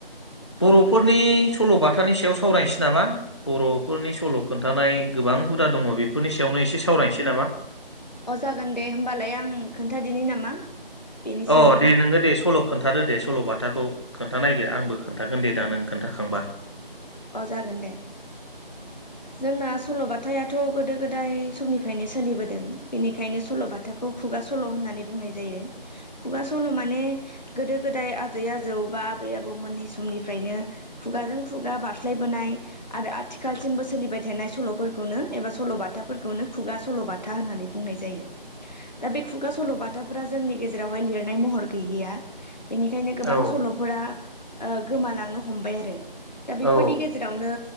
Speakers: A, on the left; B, on the left.
A: बरफोरनि सलबाथानि सायाव सावरायनोसै नामा बरफोरनि सल खोन्थानाय गो- बां हुदा दङ बेफोरनि सायावनो एसे सावरायनोसै नामा
B: अ जागोन दे होमबालाय आं खोन्थादिनि नामा बेनि सायावनो
A: अ दे नोङो दे सल खोनथादो दे सलबाथाखो खोन्थानायदो आंबो खोन्थागोन दे दा नों खोन्थाखांबा
B: अ जागोन दे जोंना सलबाथाथ गोदो गोदाय समनिफ्रायनो सोलिबोदों बेनिखायनो सलबाथा खोथाखौ खुगा सल' होननानै बुंनाय जायो खुगा सल' माने गोदो गोदाय आजै आजौ आबै आबौमोननि समनिफ्रायनो खुगाजों खुगा बार स्लायबोनाय आरो आथिखालसिमबो सोलिबाय थानाय सल'फोरखौनो एबा सल'बाथाफोरखौनो खुगा सल' सल'बाथा होननानै बुंनाय जायो दा बे खुगा सल' बाथाफोरा जोंनि गेजेरावहाय लिरनाय महर गैलिया बेनिखायनो गोबां
A: औ
B: सल'फोरा गोमालांनो हमबाय आरो
A: औ
B: फोरनि गेजेरावनो